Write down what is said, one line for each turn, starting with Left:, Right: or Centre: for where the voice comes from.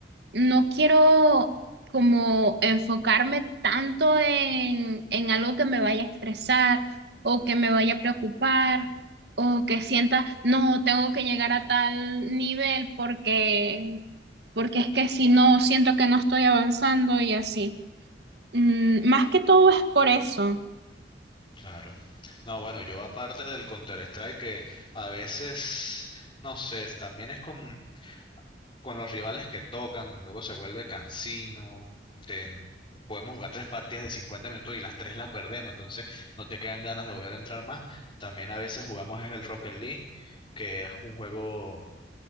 Right: no quiero como enfocarme tanto en, en algo que me vaya a estresar o que me vaya a preocupar o que sienta, no, tengo que llegar a tal nivel porque, porque es que si no, siento que no estoy avanzando y así. Mm, más que todo es por eso.
Left: Claro. No, bueno, yo aparte del Counter-Strike que a veces, no sé, es- también es con, con los rivales que tocan, luego se vuelve cansino, te- podemos jugar tres partidas de 50 minutos y las tres las perdemos, entonces no te quedan ganas de volver a entrar más. También a veces jugamos es el Rocket League, que es un juego,